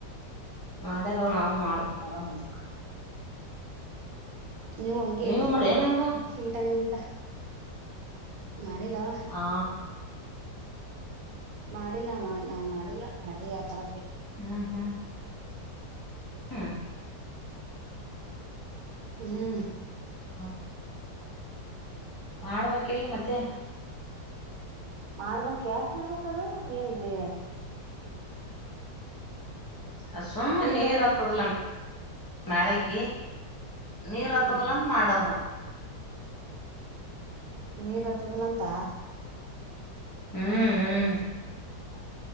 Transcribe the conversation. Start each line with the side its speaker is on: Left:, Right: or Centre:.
Left: ನಾಡ್ಯಾರೋ ನಾವ ಮಾಡಕ್ ನೋಡ ಮುದಕ್.
Right: ನೀವು ಹಂಗೆ
Left: ನೀವ್ ಮಾಡ್ಯೇನ್ ಹಂಗ
Right: ಚಮಟಾ ನಿಂತಾ. ಮಾಡಿಲ್ಲವಾ.
Left: ಆ
Right: ಮಾಡಿಲ್ಲ ನಾವ್ ಮಾಡಿಲ್ಲಳ ಆ ತರ.
Left: ಹ್ಮ್ ಹ್ಮ್. ಹ್ಮ್
Right: ಹ್ಮ್.
Left: ಮತ್ತ್. ಮಾಡ್ಬೇಕಲ್ ಮತ್ತೆ.
Right: ಮಾಡಬೇಕು ಯಾಕ್ ಮಾಡಬೇಕು ಅದು.
Left: ಅ ಸುಮ್ಮನೆ
Right: ನೀರ
Left: ನೀರ್ ಆತದಲ್ಲ ಮಳಕ. ನೀರ್
Right: ಹ್ಮ್
Left: ಹತ್ತದಲ ಅಂತ ಮಾಡೋದು.
Right: ನೀರ್ ಹತ್ತದಿಲ್ಲ ಅಂತ.
Left: ಹ್ಮ್ ಹ್ಮ್.